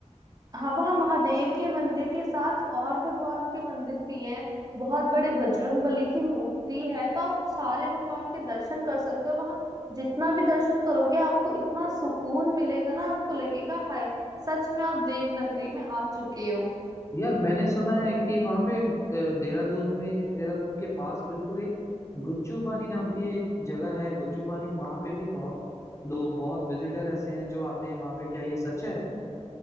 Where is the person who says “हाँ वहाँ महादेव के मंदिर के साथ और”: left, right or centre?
Right